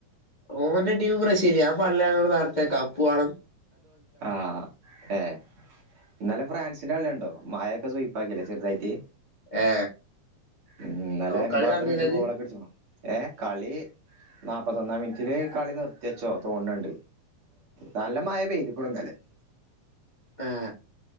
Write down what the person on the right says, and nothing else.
ആ ഏ എന്നാല ഫ്രാൻസിന്റെ കളിയുണ്ടോ മായൊക്കെ സുയ്പ്പാ സുയ്പ്പാക്കി ല്ലേ ചെർതായിട്ട്
ഇന്നലെ
എംബാപ്പ
രണ്ടു ഗോളൊക്കെ അടിച്ചുകുണു ഏ കളി നാപ്പത്തി ത്തൊന്നാം മിനിറ്റില് കളി നിർത്തിച്ചോ തോണ് ണ്ട് നല്ല മഴ പെയ്തു ടുന്നല്ലേ